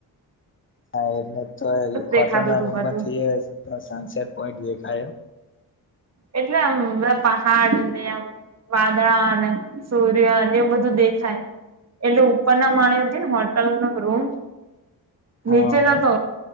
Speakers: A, on the left; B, on the right.
A: હા એટલે તો હોટલ
B: દેખાતું
A: ના
B: તું
A: રૂમમાં
B: બધું
A: થઈએ તો સનસેટ પોઈન્ટ દેખાય
B: એટલે આમ બધા પહાડ ને આમ વાદળ અને સૂર્યન એમ બધું દેખાય એટલે ઉપર ના મા્યો હતી ને હોટલ નો રૂમ નીચે
A: હા
B: નતો
A: હા